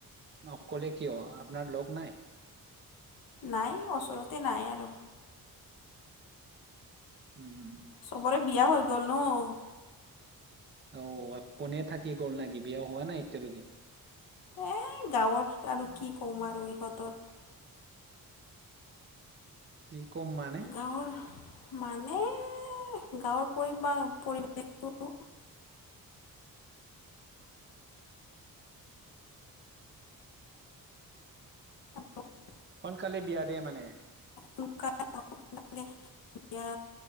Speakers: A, on the right; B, on the left.
A: অ'। ক'লে কিয় আপোনাৰ লগ নাই?
B: নাই, ওচৰতে নাই আৰু।
A: উম, উম।
B: চবৰে বিয়া হৈ গ'ল ন'?
A: অ' আপুনিয়ে থাকি গ'ল নেকি? বিয়া হোৱা নাই এতিয়ালৈকে?
B: এ, গাঁৱত আৰু কি কম আৰু ইহঁতৰ।
A: কি ক'ম মানে
B: গাঁৱৰ মানে গাঁৱৰ পৰি-পৰিৱেশটো <unintelligible> <unintelligible>
A: সোনকালে বিয়া দে মানে।
B: <unintelligible> বিয়া